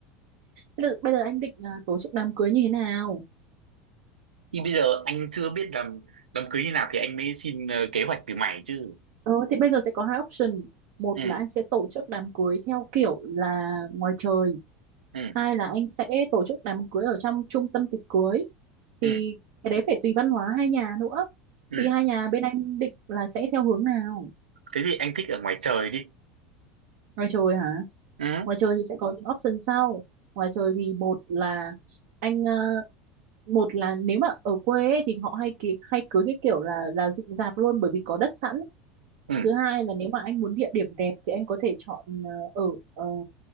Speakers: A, on the right (about 60°); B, on the right (about 80°).
A: Bây giờ, bây giờ anh định ờ, tổ chức đám cưới như thế nào?
B: Thì bây giờ anh chưa biết làm đám cưới như nào thì anh mới xin ờ, kế hoạch từ mày chứ.
A: Ờ, thì bây giờ sẽ có hai option. Một
B: Ừ,
A: là anh sẽ tổ chức đám cưới theo kiểu là ngoài trời.
B: ừ,
A: hai là anh sẽ tổ chức đám cưới ở trong trung tâm tiệc cưới
B: ừ,
A: thì cái đấy phải tùy văn hóa hai nhà nữa
B: ừ,
A: thì hai nhà bên anh định là sẽ theo hướng nào
B: thế thì anh thích ở ngoài trời đi.
A: ngoài trời hả
B: Ừ,
A: ngoài trời thì sẽ có những option sau ngoài trời thì một là anh ờ, một là nếu mà ở quê ấy, thì họ hay kỳ- hay cưới cái kiểu là là dựng rạp luôn bởi vì có đất sẵn
B: ừ.
A: thứ hai là nếu mà anh muốn địa điểm đẹp thì anh có thể chọn ờ, ở ờ,